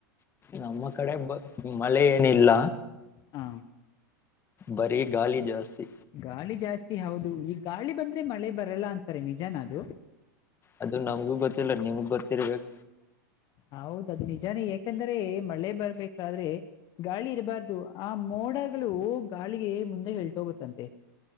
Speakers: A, on the left (about 25°); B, on the left (about 40°).
A: ನಮ್ಮ ಕಡೆ ಮಳೆ ಏನಿಲ್ಲ
B: ಹಾ
A: ಬರೀ ಗಾಳಿ ಜಾಸ್ತಿ
B: ಗಾಳಿ ಜಾಸ್ತಿ ಹೌದು ಈಗ ಗಾಳಿ ಬಂದ್ರೆ ಮಳೆ ಬರಲ್ಲ ಅಂತಾರೆ ನಿಜಾನದು
A: ಅದು ನಮಗೂ ಗೊತ್ತಿಲ್ಲ ನಿಮಗ ಗೊತ್ತಿರ್ಬೇಕ
B: ಹೌದ ಅದು ನಿಜಾನೇ ಯಾಕಂದ್ರೆ ಮಳೆ ಬರ್ಬೇಕಾದ್ರೆ ಗಾಳಿ ಇರಬಾರ್ದು ಆ ಮೋಡಾಗಗಳು ಗಾಳಿಗೆ ಮುಂದೆ ಹೇಳ್ಟೋಗುತ್ತಂತೆ